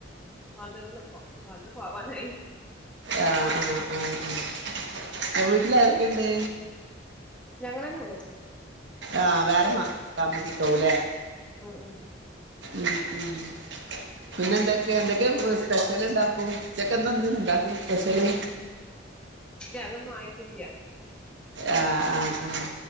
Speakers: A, in the centre; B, on the right.
A: വന്ന്ക്ക്ണ് ഇപ്പൊ വന്ന് പോവാന് ആയി
B: ആഹ ആഹ് ആഹ ആൻ്റെ വീട്ടിൽ ആരൊക്കെയുണ്ട്?
A: ഞങ്ങളന്നെ ഉള്ളൂ
B: ആഹ് വേറെന്ന താമസിക്കാവുംല്ലേ
A: ഉം ഉം
B: ഉം ഉം പിന്നെ എന്തൊക്കെയ എന്തൊക്കെ സ്പെഷ്യല് ഇണ്ടാക്കും? ഉച്ചക്ക് എന്താന്ന് ഇണ്ടാക്ക്ണ് സ്പെഷ്യല്?
A: ഇല്ല അതൊന്നും ആയിട്ടില്ല്യ
B: ആഹ് ആഹ് ആഹ്